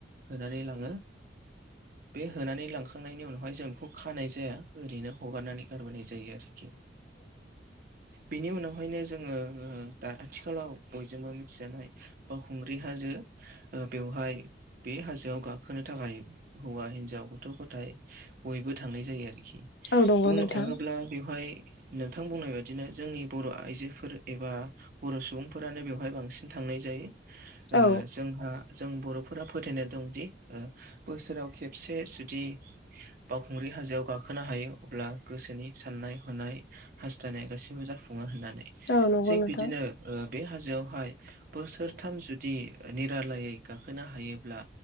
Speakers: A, on the right; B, on the left.
A: होनानै लाङो बे होनानै लांखांनायनि उनावहाय जों बेखौ खानाय जाया ओरैनो हगारनानै गारबोनाय जायो आरो खि बिनि उनावहायनो जोङो दा आथिखालाव बयजोंबो मिथिजानाय बावखुंग्रि हाजो ओ बेवहाय बे हाजोआव गाखोनो थाखाय हौवा हिन्जाव गथ' गथाय बयबो थांनाय जायो आरोखि
B: औ नंगौ
A: बुंनो
B: नोंथां
A: थाङोब्ला बेवहाय नोंथां बुंनाय बादिनो जोंनि बर' आइजोफोर एबा बर' सुबुंफोरानो बेवहाय बांसिन थांनाय जायो।
B: औ
A: जोंहा जों बर'फोरा फोथायनाय दंदि बोसोराव खेबसे जुदि बावखुंग्रि हाजोआव गाखोनो हायो अब्ला गोसोनि साननाय हनाय हास्थायनाय गासैबो जाफुङो होननानै
B: औ नंगौ
A: थिग
B: नोंथां
A: बिदिनो ओ बे हाजोआवहाय बोसोरथाम जुदि निरालायै गाखोनो हायोब्ला